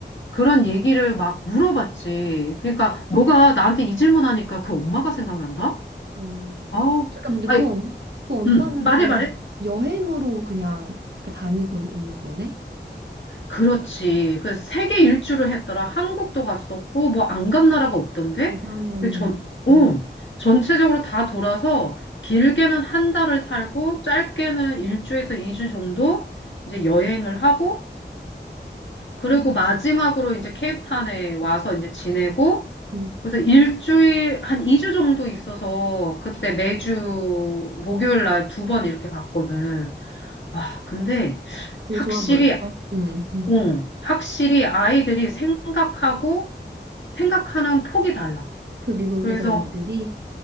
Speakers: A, on the left; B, on the right.
A: 그런 얘기를 막 물어봤지. 그러니까 너가 나한테 이 질문하니까 그 엄마가 생각난다?
B: 어.
A: 아,
B: 잠깐 근데
A: 아니,
B: 그, 엄- 그 엄마는
A: 음, 말해
B: 그냥
A: 말해.
B: 여행으로 그냥 그렇게 다니고 있는 거네?
A: 그렇지. 그 세계 일주를 했더라. 한국도 갔었고 뭐 안 간 나라가 없던데?
B: 대단한
A: 그 전, 어,
B: 엄마.
A: 전체적으로 다 돌아서 길게는 한 달을 살고 짧게는 일주에서 이 주 정도 이제 여행을 하고 그리고
B: 음,
A: 마지막으로 이제 케이프타운에 와서 이제 지내고
B: 음.
A: 그래서 일주일, 한 2주 정도 있어서 그때 매주 목요일 날 두 번 이렇게 봤거든. 와, 근데
B: 되게
A: 확실히,
B: 좋아 보였어. 음, 음.
A: 응, 확실히 아이들이 생각하고 생각하는 폭이 달라.
B: 그 미국에서
A: 그래서
B: 온 애들이.